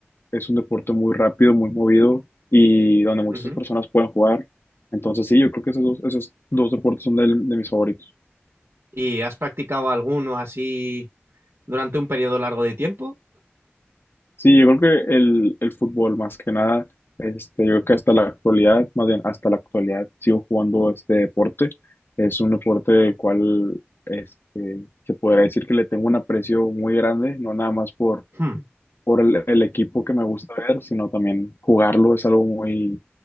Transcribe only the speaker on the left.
es un deporte muy rápido, muy movido y donde muchas
personas pueden jugar. Entonces sí, yo creo que esos dos, esos dos deportes son del- de mis favoritos.
Sí, yo creo que el, el fútbol más que nada, este, yo creo que hasta la actualidad, más bien hasta la actualidad, sigo jugando este deporte. Es un deporte del cual este, se podría decir que le tengo un aprecio muy grande, no nada más por,
por el, el equipo que me gusta ver, sino también jugarlo es algo muy,